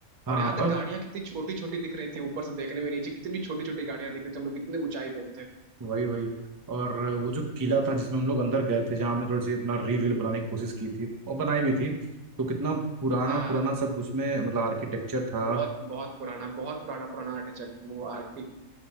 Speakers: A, on the right (about 20°); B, on the right (about 85°).
A: हाँ
B: और यहाँ तक
A: और
B: गाड़ियाँ कितनी छोटी छोटी दिख रही थी ऊपर से देखने में नीचे कितनी छोटी छोटी गाड़ियाँ दिख रही थी हम लोग कितने ऊंचाई पे थे
A: वही वही और वो जो किला था जिसमें हम लोग अंदर गए थे जहाँ हमने थोड़ी सी अपना रील वील बनाने की कोशिश की थी और बनाई भी थी तो कितना पुराना
B: हाँ
A: पुराना
B: हाँ, हाँ।
A: सब उसमें मतलब आर्किटेक्चर था
B: बहुत बहुत पुराना बहुत पुराना पुराना आर्टिटेक्ट वो आर्किटेक्चर